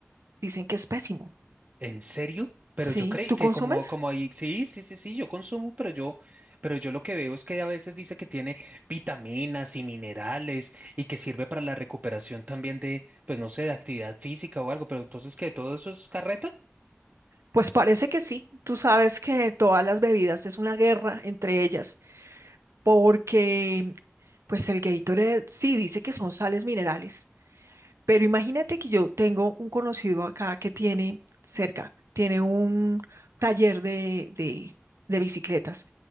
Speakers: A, on the right (about 85°); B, on the right (about 35°).
A: dicen que es pésimo.
B: ¿En serio? Pero
A: Sí,
B: yo creí
A: ¿tú
B: que
A: consumes?
B: como, como ahí, sí, sí, sí, sí, yo consumo, pero yo, pero yo lo que veo es que a veces dice que tiene vitaminas y minerales y que sirve para la recuperación también de, pues no sé, de actividad física o algo, pero entonces que todo eso es carreta.
A: Pues parece que sí. Tú sabes que todas las bebidas es una guerra entre ellas, porque pues el Gatorade sí dice que son sales minerales, pero imagínate que yo tengo un conocido acá que tiene cerca, tiene un taller de, de, de bicicletas